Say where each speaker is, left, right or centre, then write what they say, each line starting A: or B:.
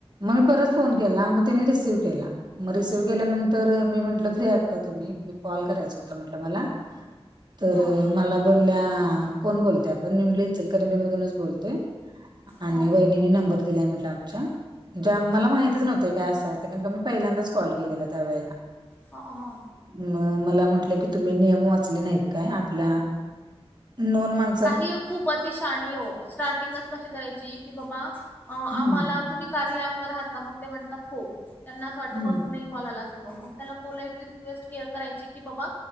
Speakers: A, on the right; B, on the left.
A: मग मी परत फोन केला, मग त्यानी रिसीव केला. मग रिसिव्ह केल्यानंतर मी म्हंटलं फ्री आहात का तुम्हीं? कॉल करायच होत म्हटलं मला तर
B: हा
A: मला बोलल्या कोण बोलतय आपण? मी म्हणलं इचलकरंजीमधूनच बोलतोय. आणि
B: हा
A: वहिनीनी नंबर दिलाय म्हंटलं आमच्या, जाम मला माहतीच नव्हतं काय असं असतयं, कारण का मी पहिल्यांदाच कॉल केलेला त्यावेेळेला.
B: हा, हा.
A: मग मला म्हटले की, तुम्हीं नियम वाचले नाहीत काय आपल्या नोन माण
B: काही एक खूप अति शहाणी आहे हो स्टार्टिंगच कशी करायची की, बाबा
A: हम्म
B: आम्हांला तुम्हीं कार्या ॲप वर आहात का? मग ते म्हणतात हो त्यांना असं वाटतं
A: हम्म
B: वरतून एक कॉल आला असेल बुवा, मग त्याला पोलाइटली रिक्वेस्ट करायची की बाबा